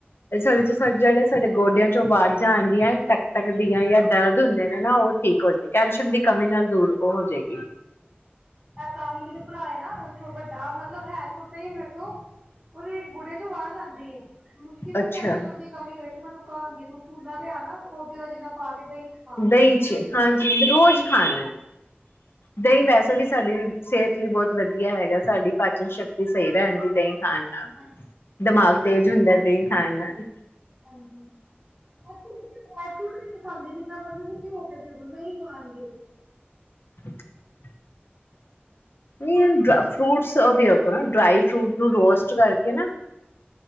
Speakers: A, on the left (about 70°); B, on the right (about 15°).
A: ਤੇ ਸਾਡੇ ਚ ਸਬਜੇਆ, ਸਾਡੇ ਗੋਡਿਆਂ ਵਾਜ਼ਾਂ ਆਨਦੀਆਂ ਟਕ- ਟਕ ਦੀਆਂ ਜਾਂ ਦਰਦ ਹੁੰਦੇ ਨੇ ਨਾ, ਉਹ ਠੀਕ ਹੋ ਜੇ ਕੈਲਸ਼ੀਅਮ ਦੀ ਕਮੀ ਨਾਲ ਦੂਰ ਉਹ ਹੋ ਜੇਗੀ‌।
B: ਆ ਕਾਣੀ ਮੇਰਾ ਭਰਾ ਐ ਨਾ ਵੱਡਾ ਮਤਲਬ ਹੈ ਛੋਟਾ ਈ ਮੇਰੇ ਤੋਂ ਉਹਦੇ ਗੁੜਿਆਂ ਚ ਵਾਹਜ ਆਂਦੀ ਐ। ਮੁਸ਼ਕਿਲ ਤਾਂ
A: ਅੱਛਾ
B: ਕੈਲਸ਼ੀਅਮ ਦੀ ਕਮੀ ਹੋਏ ਤੇ ਮੈਨੂੰ ਕਹਾਂਗੀ ਤੋਂ ਝੂ ਨਾਲ ਲਿਆਣਾ ਉਹ ਜਿ ਜਿੰਨਾ ਪਾ ਕੇ ਦਹੀਂ ਚ ਪਾ
A: ਦਹੀਂ ਚ ਹਾਂਜੀ ਰੋਜ਼ ਖਾਣਾ। ਦਹੀਂ ਵੈਸੇ ਵੀ ਸਾਡੀ ਸਿਹਤ ਲਈ ਬਹੁਤ ਵਧੀਆ ਹੈਗਾ ਸਾਡੀ ਪਾਚਨ ਸ਼ਕਤੀ ਸਹੀ ਰਹਿਣ ਦੀ ਦਹੀਂ <inaudible> ਨਾਲ
B: ਹਾਂਜੀ
A: ਦਿਮਾਗ ਤੇਜ਼ ਹੁੰਦਾ। ਦਈਂ ਖਾਣ ਨਾਲ
B: ਹਾਂਜੀ ਡ ਫਰੂਟ ਵੀ ਨਹੀਂ ਖਾਂਦੇ ਜਿੰਨਾ ਮਰਜ਼ੀ ਤੁਸੀ ਭਿਓਂਕੇ ਦੇੋ ਦੋ ਨਈਂ ਖਾਣਗੇ।
A: <unintelligible> ਨਈਂ ਇਹ ਡ ਫਰੂਟਸ ਦਿਓ ਆਪ ਨਾ ਡਰਾਈ ਫਰੂਟ ਨੂੰ ਰੋਸਟ ਕਰਕੇ ਨਾ